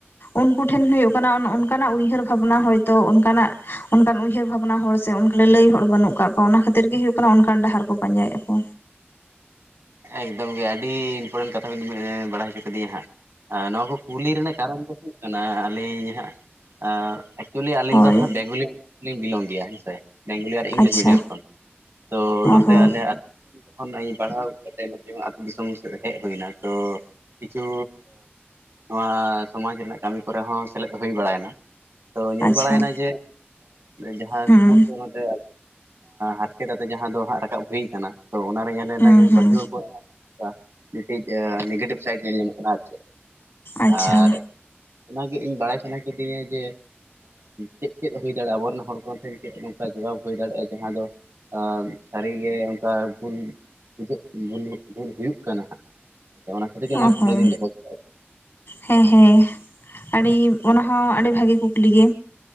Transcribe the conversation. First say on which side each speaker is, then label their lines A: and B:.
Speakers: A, on the left; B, on the right.
A: ᱩᱱᱠᱩ ᱴᱷᱮᱱ ᱦᱩᱭᱩᱜ ᱠᱟᱱᱟ ᱚᱱᱠᱟᱱᱟᱜ ᱩᱭᱦᱟᱹᱨ ᱵᱷᱟᱵᱽᱱᱟ ᱦᱚᱭᱛᱚ ᱚᱱᱠᱟᱱᱟᱜ ᱚᱱᱠᱟᱱ ᱩᱭᱦᱟᱹᱨ ᱵᱷᱟᱵᱽᱱᱟ ᱦᱚᱲ ᱥᱮ ᱚᱱᱠᱟ ᱚᱱᱠᱟᱱ ᱩᱭᱦᱟᱨ ᱵᱷᱟᱵᱱᱟ ᱦᱚᱲ ᱥᱮ ᱞᱟᱹᱞᱟᱹᱭ ᱚ ᱚᱱᱠᱟᱱ ᱩᱭᱦᱟᱨ ᱵᱷᱟᱵᱱᱟ ᱦᱚᱲ ᱥᱮ ᱞᱟᱞᱟᱭ ᱦᱚᱲ ᱚᱱᱠᱟᱱ ᱩᱭᱦᱟᱹᱨ ᱵᱷᱟᱵᱱᱟ ᱦᱚᱲ ᱥᱮ ᱞᱟᱞᱟᱭ ᱚᱱᱠᱟᱱ ᱩᱭᱦᱟᱹᱨ ᱵᱷᱟᱵᱱᱟ ᱦᱚᱲ ᱥᱮ ᱞᱟᱞᱟᱭ ᱦᱚᱲ ᱵᱟᱹᱱᱩᱜ ᱠᱟᱜ ᱠᱚᱣᱟ ᱚᱱᱟ ᱠᱷᱟᱹᱛᱤᱨ ᱜᱮ ᱦᱩᱭᱩᱜᱜ ᱠᱟᱱᱟ ᱚᱱᱠᱟᱱ ᱰᱟᱦᱟᱨ ᱠᱚ ᱯᱟᱡᱟᱭᱮᱫ ᱻᱟ ᱠᱚ
B: ᱮᱠᱫᱚᱢ ᱜᱮ ᱟᱹᱰᱤ ᱤᱱᱯᱚᱴᱮᱱᱴ ᱠᱟᱛᱷᱟ ᱵᱤᱱ ᱵᱟᱲᱟᱭ ᱦᱚᱪᱚ ᱠᱟᱫᱤᱧᱟ ᱦᱟᱸᱜ ᱟᱨ ᱱᱚᱣᱟ ᱠᱚ ᱠᱩᱞᱤ ᱨᱮᱱᱟᱜ ᱠᱟᱨᱚᱱ ᱫᱚ ᱦᱩᱭᱩᱜ ᱠᱟᱱᱟ ᱟᱹᱞᱤᱧ ᱦᱟᱸᱜ ᱮᱠᱪᱩᱭᱮᱞᱤ ᱟᱹᱞᱤᱧ
A: ᱦᱳᱭ
B: ᱫᱚ ᱦᱟᱸᱜ ᱵᱮᱝᱜᱚᱞᱤᱡᱞᱤᱧ ᱵᱤᱞᱚᱢ ᱜᱮᱭᱟ ᱦᱮᱸ ᱥᱮ ᱵᱮᱝᱜᱚᱞᱤ ᱟᱨ ᱤᱝᱞᱤᱥ
A: ᱟᱪᱪᱷᱟ
B: ᱢᱤᱰᱤᱭᱟᱢ ᱠᱷᱚᱱ ᱛᱚ ᱱᱚᱛᱮ
A: ᱚ ᱦᱚᱸ
B: ᱟᱞᱮ ᱡᱚᱠᱷᱚᱧ ᱯᱟᱲᱦᱟᱣ ᱛᱮ ᱱ ᱡᱮᱢᱚᱱ ᱟᱹᱛᱩ ᱫᱤᱥᱚᱢ ᱦᱮᱡ ᱦᱩᱭᱮᱱᱟ ᱛᱚ ᱠᱤᱪᱷᱩ ᱱᱚᱣᱟ ᱥᱚᱢᱟᱡᱽ ᱨᱮᱱᱟᱜ ᱠᱟᱹᱢᱤ ᱠᱚᱨᱮ ᱦᱚᱸ ᱥᱮᱞᱮᱫ ᱦᱩᱭ ᱵᱟᱲᱟᱭᱮᱱᱟ᱾ ᱛᱚ ᱧᱮᱞ
A: ᱟᱪᱪᱷᱟ
B: ᱵᱟᱲᱟᱭᱮᱱᱟ ᱡᱮ ᱡᱟᱦᱟᱸ
A: ᱦᱩᱸ
B: ᱤᱥᱠᱩᱞ ᱠᱚ ᱱᱚᱛᱮ ᱦᱟᱨᱠᱮᱛ ᱟᱛᱮ ᱡᱟᱦᱟᱸ ᱫᱚ ᱦᱟᱸᱜ ᱨᱟᱠᱟᱵ ᱦᱩᱭ ᱠᱟᱱᱟ ᱛᱚ ᱚᱱᱟᱨᱮ ᱧᱮᱞ ᱞᱮᱱᱟ
A: ᱦᱩᱸ
B: ᱡᱮ
A: ᱦᱩᱸ
B: <unintelligible> ᱢᱤᱫᱴᱤᱡ ᱱᱮᱜᱮᱴᱤᱵᱷ ᱥᱟᱭᱤᱰ ᱧᱮᱞ ᱧᱟᱢᱚᱜ ᱠᱟᱱᱟ ᱟᱨ ᱪᱮᱫ,
A: ᱟᱪᱪᱷᱟ
B: ᱟᱨ ᱚᱱᱟᱜᱮ ᱤᱧ ᱵᱟᱲᱟᱭ ᱥᱟᱱᱟ ᱠᱤᱫᱤᱧᱟ ᱡᱮ ᱪᱮᱫ ᱪᱮᱫ ᱦᱩᱭ ᱫᱟᱲᱮᱭᱟᱜᱼᱟ ᱟᱵᱚᱨᱮᱱ ᱦᱚᱲ ᱠᱚᱚᱱ ᱴᱷᱮᱱ ᱪᱮᱫ ᱱᱚᱝᱠᱟ ᱡᱚᱵᱟᱵ ᱦᱩᱭ ᱫᱟᱲᱮᱭᱟᱜᱼᱟ ᱡᱟᱦᱟᱸ ᱫᱚ ᱥᱟᱹᱨᱤᱜᱮ ᱚᱱᱠᱟ ᱵᱷᱩᱞ ᱵᱩᱡᱷᱟᱹᱜ ᱵᱷᱩᱞ ᱦᱩᱭᱩᱜ ᱠᱟᱱᱟ ᱦᱟᱸᱜᱼᱟ ᱚᱱᱟ ᱠᱷᱟᱹᱛᱤᱨ ᱜᱮ ᱱᱚᱣᱟ
A: ᱚ
B: ᱠᱩᱠᱞᱤ
A: ᱦᱚᱸ
B: ᱫᱩᱸᱧ ᱫᱚᱦᱚ ᱠᱮᱫᱟᱼᱟ᱾
A: ᱦᱮᱸ ᱦᱮᱸ ᱟᱹᱰᱤ ᱚᱱᱟᱦᱚ ᱟᱹᱰᱤ ᱵᱷᱟᱜᱤ ᱠᱩᱠᱞᱤ ᱜᱮ᱾